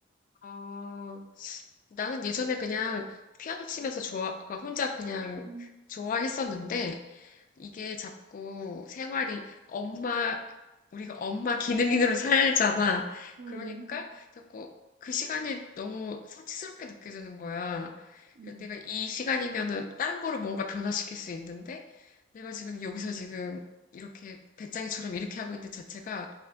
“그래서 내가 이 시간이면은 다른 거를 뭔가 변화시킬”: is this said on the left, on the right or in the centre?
Left